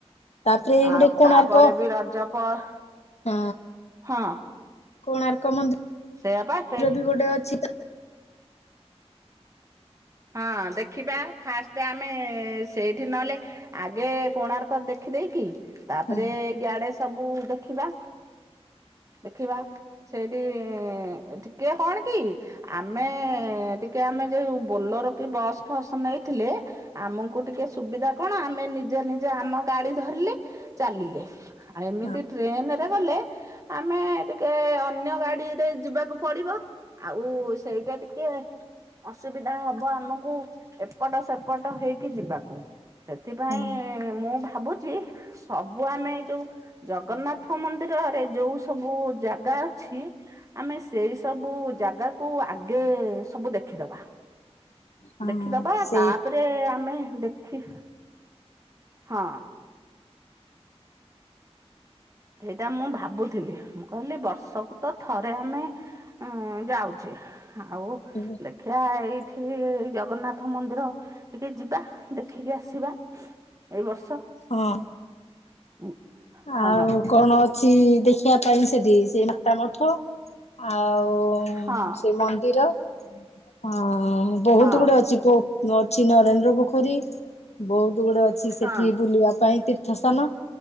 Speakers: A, on the left; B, on the right.
A: ତାପରେ
B: ଆଉ
A: ଗୋଟେ କୋଣାର୍କ
B: ତାପରେ ବି ରଜ- ପ-
A: ହଁ
B: ହଁ
A: କୋଣାର୍କ ମନ୍ଦି
B: ସେଇଆପା ସେ
A: ମି ବି ଗୋଟେ ଅଛି ତ-
B: ହଁ ଦେଖିବା ଫାଷ୍ଟ ଆମେ ସେଇଠି ନହେଲେ ଆଗେ କୋଣାର୍କ ଦେଖିଦେଇକି- ତାପରେ
A: ହୁଁ
B: ଏଇ ଗାଡେସ- ସବୁ ଦେଖିବା ଦେଖିବା ସେଇଠି ଟିକେ କଣ କି ଆମେ ଟିକେ ଆମେ ଯୋଉ- ବୋଲର କି ବସ୍ ଫସ୍ ନେଇଥିଲେ ଆମକୁ ଟିକେ ସୁବିଧା କଣ ଆମେ ନିଜେ ନିଜେ ଆମ ଗାଡି ଧରିଲେ ଚାଲିଲେ- ଆ ହେମିତି
A: ହଁ
B: ଟ୍ରେନ- ଗଲେ ଆମେ ଟିକେ ଅନ୍ୟ ଗାଡିରେ ଯିବାକୁ ପଡିବ ଆଉ ସେଇଟା ଟିକେ ଅସୁବି ଧା ହବ ଆମକୁ ଏପଟ ସେପଟ ହେଇକି ଯିବାକୁ। ସେଥିପାଇଁ
A: ହଁ
B: ମୁଁ ଭା ଭାବୁଛି ସବୁ ଆମେ ଯୋଉ ଜଗନ୍ନାଥ ମନ୍ଦିରରେ ଯୋଉ ସବୁ ଜାଗା ଅଛି। ଆମେ ସେଇ ସବୁ- ଜାଗାକୁୁ ଆଗେ ସବୁ ଦେଖିଦବା।
A: ହଁ
B: ଦେଖିଦବା
A: ସେ
B: ତାପରେ ଆମେ। ଦେଖେ ହଁ। ଏଇଟା ମୁଁ ଭାବୁଥିଲି ମୁଁ କହିଲି ବର୍ଷକୁ ତ ଥରେ ଆମେ ଯାଉଛେ- ଆଉ
A: ହଁ
B: ଦେଖିବା ଏଇ। ଥିବି ଜଗନ୍ନାଥ ମନ୍ଦିର ଟିକେ ଯିବା ଦେଖିକି ଆସିବା ଏଇ ବର୍ଷ।।
A: ହଁ।
B: <unintelligible> ହଁ
A: ଆଉ କଣ ଅଛି। ଦି ଦେଖିବା ଟାଇମ ସେଠି ସେ ତମଠୁ। ଆଉ
B: ହଁ
A: ସେ ମନ୍ଦିର ଅ ବହୁତ
B: ହଁ
A: ଗୁଡେ ଅଛି ପୋ ଅଛି ନରେନ୍ଦ୍ର ପୋଖରୀ ବହୁତ। ଦେଉଳ ଅଛି
B: ହଁ
A: ସେଠି ବୁଲିବା ପାଇଁ ତିର ଥ ସ୍ତାନ।